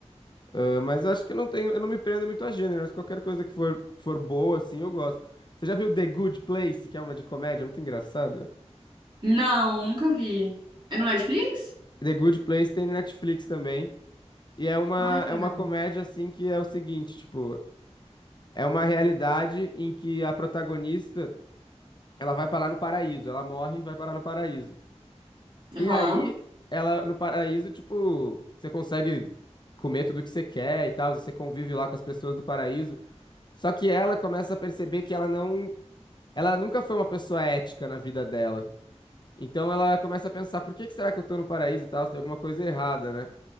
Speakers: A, on the left; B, on the right.
A: ah, mas eu acho que eu não tenho, eu não me prendo muito a gêneros. Qualquer coisa que for, que for boa, assim, eu gosto. Você já viu The Good Place, que é uma de comédia, muito engraçada?
B: Não, nunca vi. É no Netflix?
A: The Good Place tem no Netflix também, e é uma,
B: Ai, que
A: é
B: legal.
A: uma comédia, assim, que é o seguinte, tipo, é uma realidade em que a protagonista, ela vai parar no paraíso, ela morre e vai parar no paraíso.
B: Aham,
A: E aí, ela, no paraíso, tipo, você consegue comer tudo que você quer e tal, e você convive lá com as pessoas do paraíso, Só que ela começa a perceber que ela não, ela nunca foi uma pessoa ética na vida dela. Então ela começa a pensar, por que que será que eu tô no paraíso e tal? Se tem alguma coisa errada, né?